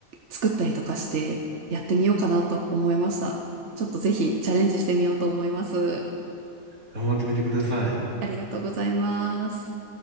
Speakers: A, on the right; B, on the right.
A: 作ったりとかしてやってみようかなと思いました。ちょっとぜひチャレンジしてみようと思います。
B: 頑張ってみてください。
A: ありがとうございます。